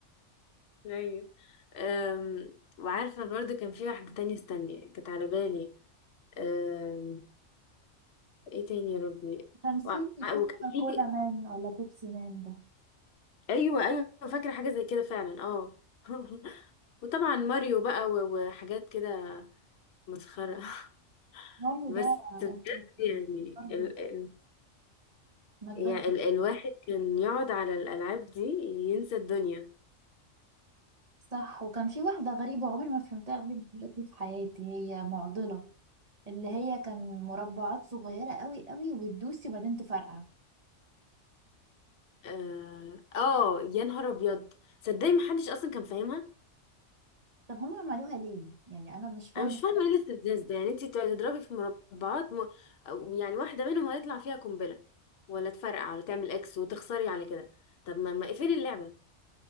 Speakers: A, on the left; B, on the right.
A: ايوه أم، وعارفة برضو كان في واحدة تانية استني كانت على بالي أم، ايه تاني يا ربي
B: <laughs> تمثيل
A: وع-
B: كوكا
A: وكان في
B: كولا مان ولا بيبسي مان ده
A: ايوه ايوه فاكرة حاجة زي كده فعلا اه <laughs> وطبعا ماريو بقى و- وحاجات كده مسخرة <laughs>
B: ماريو
A: بس
B: ده
A: بجد
B: أساسي.
A: يعني
B: برضه
A: ال ال
B: ما كبرت
A: يعني ال الواحد كان يقعد على الألعاب دي ينسى الدنيا
B: صح وكان في واحده غريبه عمري ما فهمتها لغايه دلوقتي في حياتي هي معضله اللي هي كان مربعات صغيره قوي قوي وتدوسي وبعدين تفرقع
A: اه آه، يا نهار ابيض صدقني محدش اصلا كان فاهمها
B: طب هم عملوها ليه يعني انا مش فاهمه
A: انا مش فاهمه ايه الاستفزاز ده يعني انت تضربي في مربعات م... أو يعني واحده منهم هيطلع فيها قنبله ولا تفرقع ولا تعمل اكس وتخسري على كده طب ما ما اقفلي اللعبه